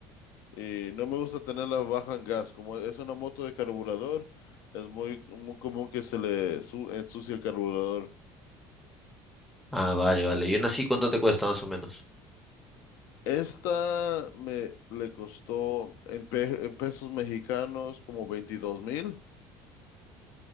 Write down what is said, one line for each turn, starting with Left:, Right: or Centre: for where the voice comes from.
Left: Y no me gusta tenerla baja en gas. Como es una moto de carburador, es muy, muy común que se le su- ensucie el carburador.
Centre: Ah, vale, vale. ¿Y una así cuánto te cuesta más o menos?
Left: Esta me le costó en, pe- en pesos mexicanos como veintidós mil.